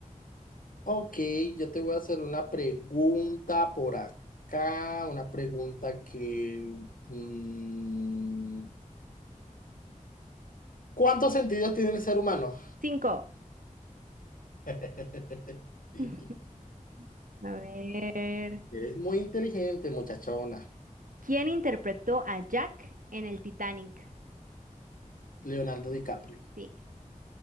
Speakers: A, on the left; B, on the right.
A: Ok, yo te voy a hacer una pregunta por acá, una pregunta que... mm, ¿cuántos sentidos tiene el ser humano?
B: Cinco.
A: <laughs> Sí.
B: <laughs> A ver.
A: Es muy inteligente, muchachona.
B: ¿Quién interpretó a Jack en el Titanic?
A: Leonardo DiCaprio.
B: Sí,